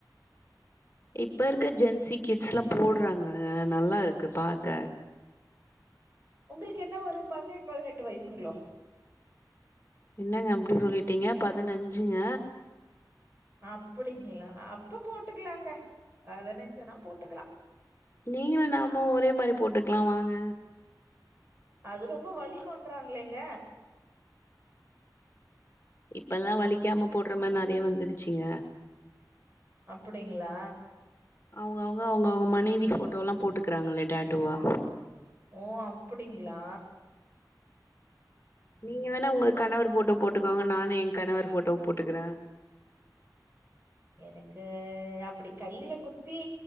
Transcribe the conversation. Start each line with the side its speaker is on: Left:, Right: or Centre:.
Left: இப்போ இருக்க ஜென்சி கிட்ஸ்லா போடுறாங்கங்க நல்லாருக்கு பாக்க
Right: உங்களுக்கு என்ன ஒரு பதினெழ் பதினெட்டு வயசுங்ளோ
Left: என்னங்க அப்டி சொல்லிட்டீங்க பதினஞ்சுங்க
Right: அப்டிங்களா அப்ப போட்டுக்கலாங்க பதினஞ்சுனா போட்டுக்கலா
Left: நீங்களு நாம ஒரே மாரி போட்டுக்கலா வாங்க
Right: அது ரொம்ப வலிக்குன்றாங்களேங்க
Left: இப்பல்லா வலிக்காம போடுற மாரி நெறைய வந்துடுச்சுங்க
Right: அப்டிங்ளா
Left: அவங்கவ்ங்க அவங்கவ்ங்க மனைவி ஃபோட்டோல்லா போட்டுக்கிறாங்களே டேட்டுவா
Right: ஓ அப்டிங்ளா
Left: நீங்க வேணா உங்க கணவர் ஃபோட்டோ போட்டுக்காங்க நானு என் கணவர் ஃபோட்டோ போட்டுக்கறே
Right: எனக்கு அப்டி கைல குத்தி